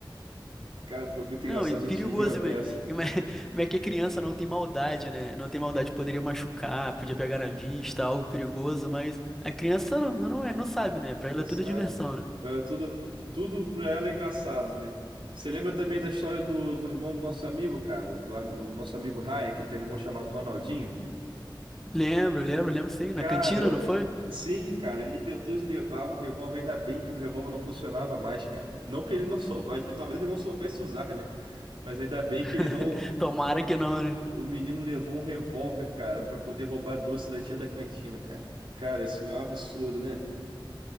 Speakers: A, on the right; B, in the centre.
A: Cara, foi muito
B: Não,
A: engraçado,
B: e
A: a gente
B: perigoso,
A: riu a beça.
B: mas, mas, mas é que a criança não tem maldade, né? Não tem maldade, poderia machucar, podia pegar na vista, algo perigoso, mas a criança não, não, é, não sabe, né? Pra
A: Não
B: ela é
A: sabe.
B: tudo diversão, né?
A: Era tudo, tudo pra ela é engraçado, né? Você lembra também da história do, do irmão do nosso amigo, cara? Do, ami- o nosso amigo Ryan, que tem um irmão chamado Ronaldinho?
B: Lembro, lembro, lembro sim, na
A: Cara,
B: cantina, não foi?
A: sim, cara, ele inventou de levar um revólver, ainda bem que o revólver não funcionava mais, cara. Não que ele não soubesse, talvez ele não soubesse usar, né? Mas ainda bem
B: <laughs>
A: que ele não,
B: Tomara que não, né?
A: O menino levou um revólver, cara, pra poder roubar doce da tia da cantina, cara. Cara, isso é um absurdo, né?